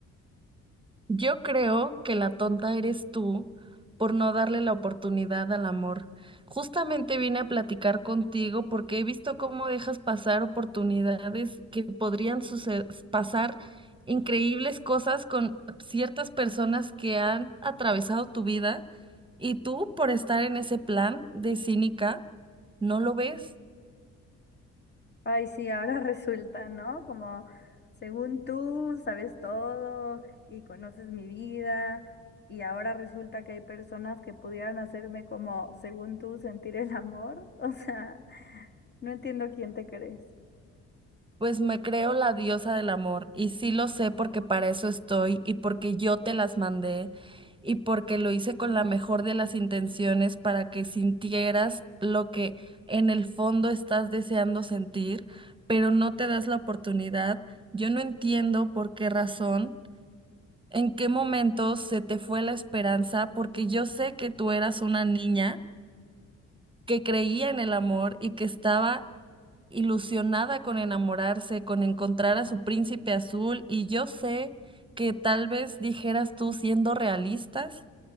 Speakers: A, on the right (about 15°); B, on the left (about 35°).
A: Yo creo que la tonta eres tú por no darle la oportunidad al amor. Justamente vine a platicar contigo porque he visto cómo dejas pasar oportunidades que podrían suce- pasar increíbles cosas con ciertas personas que han atravesado tu vida y tú por estar en ese plan de cínica, no lo ves.
B: Ay, sí, ahora <laughs> resulta, ¿no? Como según tú sabes todo y conoces mi vida, y ahora resulta que hay personas que pudieran hacerme como, según tú, sentir el amor. <laughs> O sea, no entiendo quién te crees.
A: Pues me creo la diosa del amor y sí lo sé porque para eso estoy y porque yo te las mandé y porque lo hice con la mejor de las intenciones para que sintieras lo que en el fondo estás deseando sentir, pero no te das la oportunidad. Yo no entiendo por qué razón, en qué momento se te fue la esperanza, porque yo sé que tú eras una niña que creía en el amor y que estaba ilusionada con enamorarse, con encontrar a su príncipe azul, y yo sé que tal vez dijeras tú, siendo realistas,